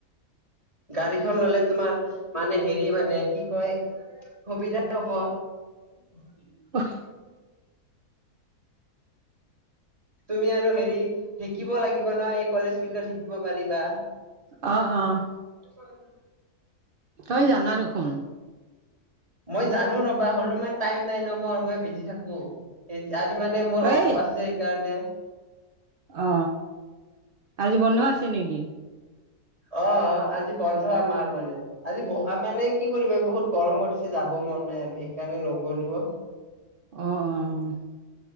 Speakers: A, on the right; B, on the right.
A: গাড়ীখন ললে তোমাৰ মানে হেৰি মানে কি কয় সুবিধা হব। হয়।
B: অ',
A: তুমি আৰু হেৰি শিকিব লাগিব ন এই কলেজ ফিল্ডত শিকিব পাৰিবা।
B: অ', অ',
A: হয়।
B: তই জানা দেখোন
A: মই জানো ৰবা হলে মই টাইম নাই ন মই-মই বিজি থাকো। আজি মানে মোৰ
B: তই
A: অফ আছে সেইকাৰণে
B: অ, আজি বন্ধ আছে নেকি?
A: অ, আজি বন্ধ আমাৰ মানে আজি বহু মানে কি কৰিবা বহুত গৰম দিছে যাব মন নাই আৰু সেইকাৰণে নগলোও।
B: অ', অ', অ',